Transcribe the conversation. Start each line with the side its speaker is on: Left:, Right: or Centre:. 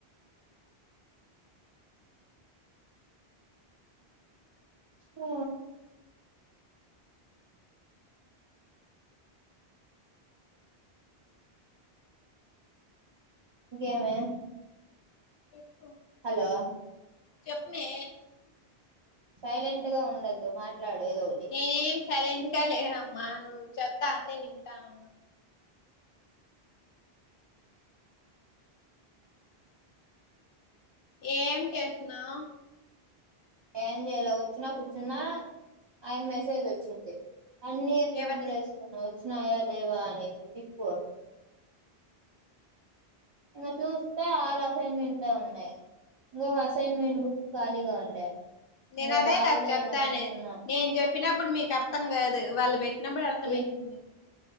Right: ఆ ఇంకేమే
Left: చెప్పు
Right: హలో
Left: చెప్ప్ మే
Right: సైలెంట్ గా ఉండద్దు మా ట్లాడు ఏదో ఒటి
Left: నేనేం సైలెంట్ గ లేనమ్మా నువ్వు చెప్తా అంటే వింటా ఉన్నా ఏం చేస్న్నావ్.
Right: ఏం జేలా వచ్చున కూర్చున్నా, ఆయ్న్ మెసేజ్ వచ్చింది. అన్ని ఎత్తి
Left: ఎవరిది
Right: ముందర ఎస్సుకున్న వ స్నయా దేవా అనేసి ఇప్పు ఇంగ చూస్తే ఆరు అసైన్ మెంట్లె ఉన్నాయ్, ఇంకొక అసైన్మెంట్ బుక్ ఖాళీగా ఉండే
Left: నేను
Right: ఇంగ
Left: అదే
Right: రాయలేదా
Left: క చెప్పానే,
Right: అనుకున్నా
Left: నేను జెప్పినప్పుడు మీకర్థం కాదు వాళ్ళు పెట్నప్పుడు అర్థం
Right: ఏ
Left: అయితుంది మీకు